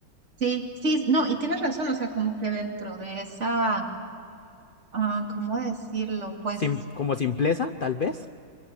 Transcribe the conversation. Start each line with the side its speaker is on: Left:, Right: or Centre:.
Right: Sí, sí, no, y tienes razón, o sea, como que dentro de esa, ah, ¿cómo decirlo? Pues
Left: Sim- como simpleza, tal vez.